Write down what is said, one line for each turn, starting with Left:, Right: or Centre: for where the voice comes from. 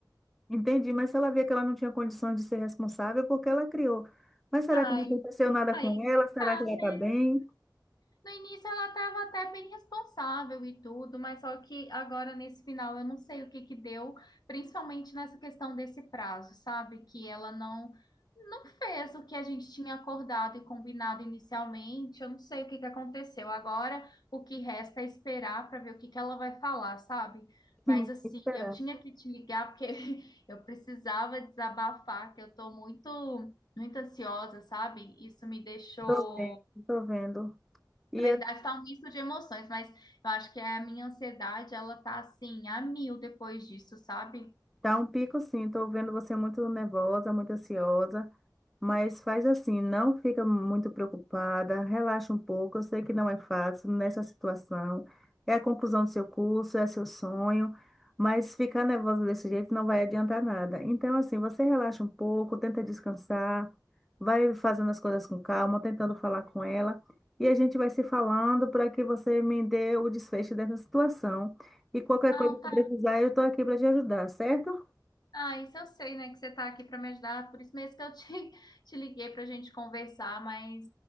Centre: Entendi, mas se ela via que ela não tinha condições de ser responsável, porque ela criou. Mas será
Left: Ai,
Centre: que não aconteceu nada
Left: aí
Centre: com ela?
Left: que
Centre: Será
Left: tá,
Centre: que ela
Left: né?
Centre: está bem?
Left: No início ela estava até bem responsável e tudo, mas só que agora nesse final eu não sei o que que deu, principalmente nessa questão desse prazo, sabe? Que ela não não fez o que a gente tinha acordado e combinado inicialmente. Eu não sei o que que aconteceu. Agora o que resta é esperar para ver o que que ela vai falar, sabe?
Centre: Sim,
Left: Mas assim,
Centre: será.
Left: eu tinha que te ligar porque <laughs> eu precisava desabafar, que eu tô muito muito ansiosa, sabe? Isso me deixou
Centre: Estou vendo, estou vendo. E
Left: na verdade, tá um misto de emoções, mas eu acho que a minha ansiedade, ela tá assim, a mil depois disso, sabe?
Centre: Tá um pico sim, tô vendo você muito nervosa, muito ansiosa, mas faz assim, não fica muito preocupada, relaxa um pouco. Eu sei que não é fácil nessa situação, é a conclusão do seu curso, é seu sonho, mas ficar nervosa desse jeito não vai adiantar nada. Então, assim, você relaxa um pouco, tenta descansar, vai fazendo as coisas com calma, tentando falar com ela, e a gente vai se falando para que você me dê o desfecho dessa situação. E qualquer
Left: Não,
Centre: coisa que
Left: tá.
Centre: precisar, eu estou aqui para te ajudar, certo?
Left: Ah, isso eu sei, né, que você tá aqui pra me ajudar, por isso mesmo que eu te, <laughs> te liguei pra gente conversar, mas